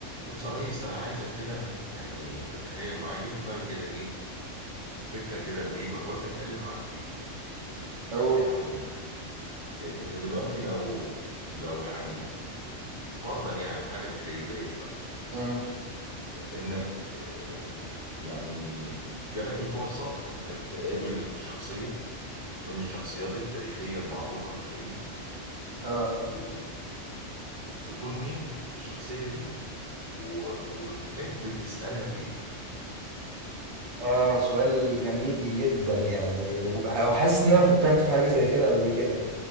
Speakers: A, on the right (about 35°); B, on the right (about 70°).
A: بص يا ريس انا عايزك كده يعني تتخيل معايا جه في دماغي كده ايه فكره كده غريبه قلت اتكلم معاك فيها
B: أوه.
A: يعني انت دلوقتي لو لو يعني فرضا يعني حاجه تخيليه شويه
B: مم.
A: انك آه، يعني جالك الفرصه انك تقابل شخصيه من الشخصيات التاريخيه المعروفه في التاريخ
B: اه
A: وهي تكون مين الشخصيه دي و- وتحب تسالها في
B: اه سؤال جميل جدا يعني وح- وحاسس ان انا فكرت في حاجه زي كده قبل كده